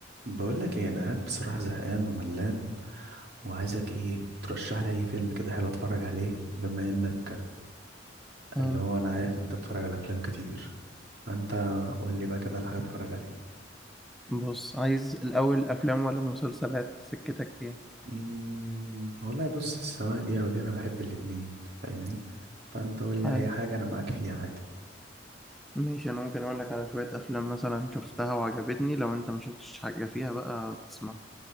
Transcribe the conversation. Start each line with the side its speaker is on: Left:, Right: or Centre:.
Right: بقول لك ايه انا قاعد بصراحه زهقان وملان وعايزك ايه ترشح لي اي فيلم كده حلو اتفرج عليه بما انك
Centre: اه
Right: اللي هو انا عارف انت بتتفرج على افلام كتير فانت قول لي بقى كده على حاجه اتفرج عليها
Centre: بص عايز الأول أفلام ولا مسلسلات سكتك إيه؟
Right: امم والله بص سواء دي او دي انا بحب الاتنين فاهمني فانت قول
Centre: حال
Right: لي اي حاجه انا معاك فيها عادي
Centre: ماشي أنا ممكن أقول لك على شوية أفلام مثلا شفتها وعجبتني لو أنت ما شفتش حاجة فيها بقى تسمع